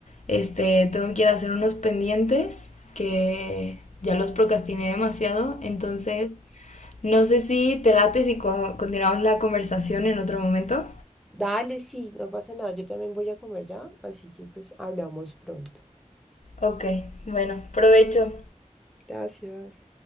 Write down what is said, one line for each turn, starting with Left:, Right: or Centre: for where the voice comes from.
Left: este tengo que ir a hacer unos pendientes que ya los procrastiné demasiado, entonces no sé si te late si co- continuamos la conversación en otro momento.
Centre: Dale, sí, no pasa nada, yo también voy a comer ya, así que pues hablamos pronto.
Left: Ok, bueno, provecho.
Centre: Gracias.